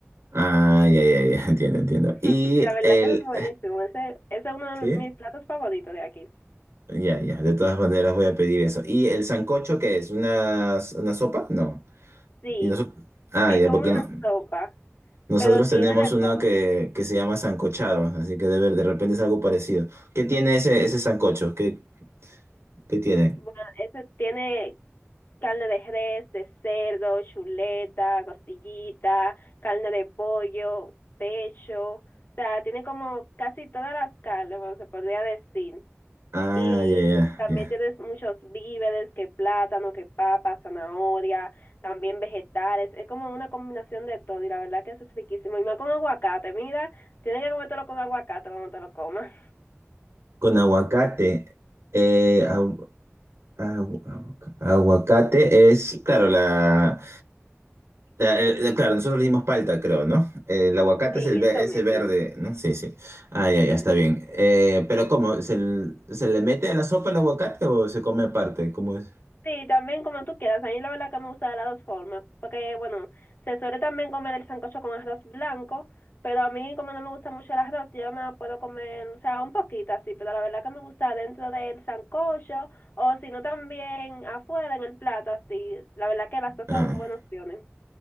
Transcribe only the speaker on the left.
<laughs>
La verdad
que eso es buenísimo, ese, ese es uno
de mis platos favoritos de aquí.
Sí,
es
como
una
sopa,
pero tiene
de
todo.
Bueno, ese tiene carne de res, de cerdo, chuleta, costillita, carne de pollo, pecho, o sea, tiene como casi todas las carnes, bueno, se podría decir.
Y
también
tienes muchos víveres, que plátano, que papa, zanahoria, también vegetales, es como una combinación de todo y la verdad que eso es riquísimo. Y más con aguacate, mira, tienes que comértelo con aguacate cuando te lo comas.
<laughs>
Sí,
eso
mismo,
sí.
Sí, también como tú quieras. A mí la verdad que me gusta de las dos formas. Porque, bueno, se suele también comer el sancocho con arroz blanco. Pero a mí, como no me gusta mucho el arroz, yo me puedo comer, o sea, un poquito así. Pero la verdad que me gusta dentro del sancocho. O si no, también afuera en el plato, así. La verdad que las dos
son buenas opciones.